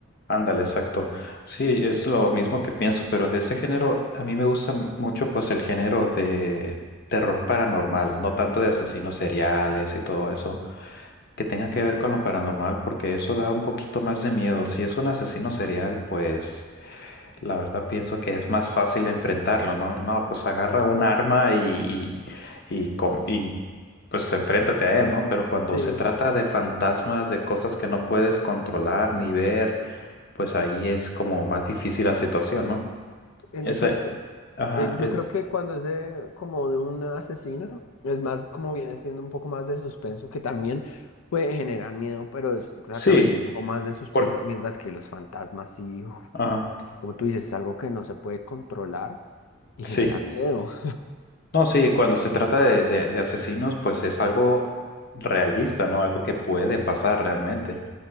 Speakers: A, on the left; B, on the left.
A: ándale, exacto. Sí, es lo mismo que pienso, pero de ese género, a mí me gusta m- mucho pues el género de terror paranormal, no tanto de asesinos seriales y todo eso, que tenga que ver con lo paranormal, porque eso da un poquito más de miedo. Si es un asesino serial, pues La verdad pienso que es más fácil enfrentarlo, ¿no? No, pues agarra un arma y, y, y, com- y, pues enfréntate a él, ¿no? Pero cuando
B: Sí,
A: se trata de fantasmas, de cosas que no puedes controlar ni ver, pues ahí es como más difícil la situación, ¿no?
B: en
A: Esa,
B: efecto.
A: ajá,
B: Eh, yo
A: es-
B: creo que cuando es de como de un asesino, es más como viene siendo un poco más de suspenso, que también puede generar miedo, pero es exactamente
A: sí,
B: un poco más de suspenso,
A: por,
B: mientras que los fantasmas sí, uf,
A: ajá,
B: como tú dices, es algo que no se puede controlar y
A: sí.
B: genera miedo.
A: No, sí, cuando se trata de, de de asesinos, pues es algo realista, ¿no? Algo que puede pasar realmente.